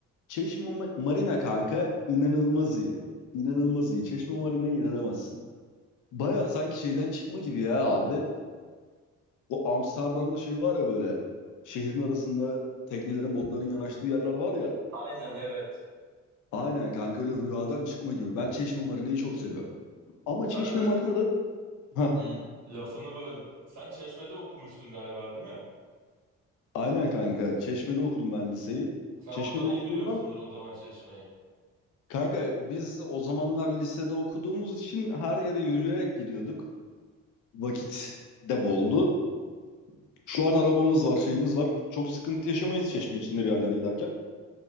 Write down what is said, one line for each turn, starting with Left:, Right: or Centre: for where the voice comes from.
Left: Çeşme Ma- Marina kanka inanılmaz iyi. İnanılmaz iyi. Çeşme Marina'ya inanamazsın. Baya sanki şeyden çıkma gibi ya abi. O Amsterdam'da şey var ya böyle. Şehrin arasında teknelerin, botların yanaştığı yerler var ya.
Right: Aynen evet.
Left: Aynen kanka öyle rüyadan çıkma gibi. Ben Çeşme Marina'yı çok seviyorum. Ama Çeşme
Right: Kanka
Left: Marina'da... Heh,
Right: hı, lafını böldüm. Sen Çeşme'de okumuştun galiba değil mi?
Left: aynen kanka. Çeşme'de okudum ben liseyi.
Right: Sen
Left: Çeşme'de
Right: oradan
Left: okuduğumdan
Right: iyi biliyorsundur o zaman Çeşme'yi.
Left: Kanka biz o zamanlar lisede okuduğumuz için her yere yürüyerek gidiyorduk. Vakit de boldu. Şu an arabamız var, şeyimiz var. Çok sıkıntı yaşamayız Çeşme içinde bir yerlere giderken.